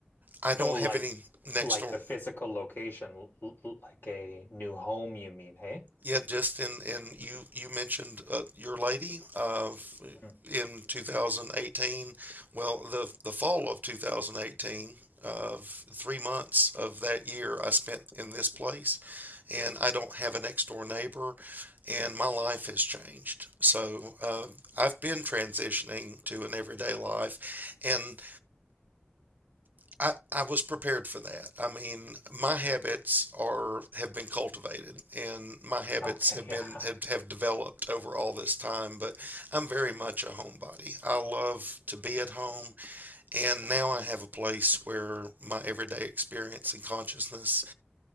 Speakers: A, on the right; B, on the left.
A: I don't
B: Oh, like
A: have any next
B: like
A: door
B: the physical location, l- l- like a new home, you mean, hey?
A: Yeah, just in in you you mentioned uh, your lady uh,
B: Mhm.
A: in 2018. Well, the the fall of 2018, uh, three months of that year I spent in this place, and I don't have a next door neighbor, and my life has changed. So uh, I've been transitioning to an everyday life, and I, I was prepared for that. I mean, my habits are have been cultivated and my habits
B: Okay,
A: have
B: yeah.
A: been have,
B: <laughs>
A: have developed over all this time, but I'm very much a homebody. I love to be at home and now I have a place where my everyday experience and consciousness